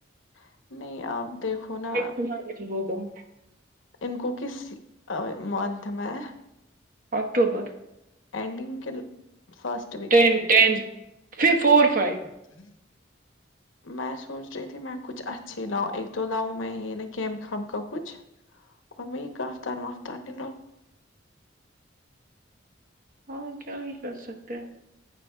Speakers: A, on the left; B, on the right.
A: ہے نہیں آپ دیکھو نا
B: ایک ہوگا <unintelligible>
A: ان کو کس منتھ میں
B: اکٹوبر
A: انینڈنگ کے فسٹ
B: ٹین ٹین پھر فور فائیو
A: ہ میں سوچ رہی تھی میں کچھ اچھھیے لاؤ ایک تو لاؤں میں یہ نا کیم خاب کا کچھ امی کا کفتا ن وفتان دینو
B: ہم کیا ہی کر سکتے ہیں